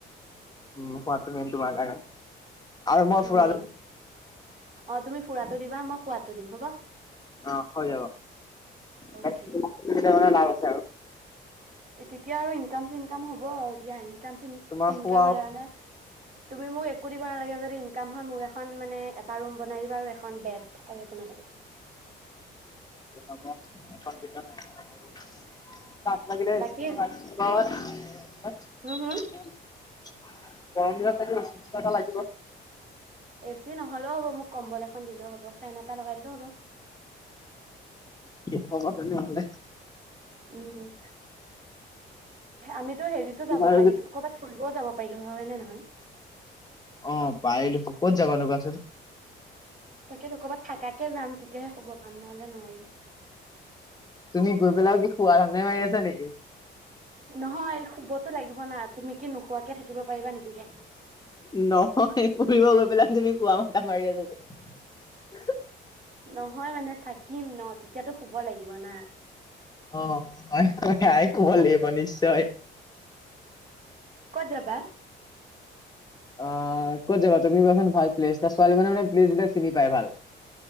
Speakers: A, on the left; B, on the right.
A: উ খোৱাটো মেইন তোমাৰ কাৰণে, আৰু মই ফুৰা
B: মেইন
A: যদি
B: অ তুমি ফুৰাটো দিবা মই খোৱটো দিম হ'ব
A: অ হৈ যাব
B: অ'কে
A: মান কি বুলি কয় লাভ আছে আৰু <unintelligible>
B: তেতিয়া আৰু ইনকাম চিনকাম হ'ব আৰু দিয়া ইনকাম চিন
A: তোমাৰ
B: চিনকাম
A: খোৱা
B: হ'লে মানে। তুমি মোক একো দিব নালাগে যে্, ইনকাম হয় মোক এখন মানে এটা ৰুম বনাই দিবা আৰু এখন বেট আৰু একো নালাগে।
A: চাবা এখন বিছনা <unintelligible> দাক লাগিলে ৰিচিপ
B: বাকী
A: নহয় <unintelligible>
B: হম হম
A: গৰম দিনত চাবি ৰেচিপচন এটা লাগিব।
B: এ চি নহলেও হ'ব মোক কম্বল এখন দিলেও হ'ব ফেন এটা লগাই দিলেও হ'ব?
A: কি হ'ব তেনেহলে?
B: উম উম আমিতো হেৰিতো
A: তোমাৰ
B: যাব পাৰিলো
A: যদি
B: ক'ৰবাত ফুৰিবও যাব পাৰিলো হয় নে নহয়।
A: অ পাৰিলোটো ক'ত জাবা নো কোৱাছোন?
B: তাকেতো ক'ৰবাত থাকা কে যাম তেতিয়াহে শুব পাম নহলে নোৱাৰিম।
A: তুমি গৈ পেলাও কি শুৱা ধান্ধাহে মাৰি আছা নেকি?
B: নহয় শুবতো লাগিব না তুমি কি নোখোৱাকে থাকিব পাৰিবা নেকি কোৱাচোন
A: নহয় ফুৰিব গৈ পেলাই তুমি শুৱা মাথা মাৰি আছা যে।
B: নহয় মানে থাকিম ন তেতিয়াতো শুব লাগিব না।
A: অ হয় আই শুব লাগিব নিশ্চয়।
B: ক'ত যাবা।
A: আহ ক'ত যাবা তুমি কোৱাচোন ভাল প্লেছ তাৰ ছোৱালী মানুহে মানে প্লেছ বিলাক চিনি পায় ভাল।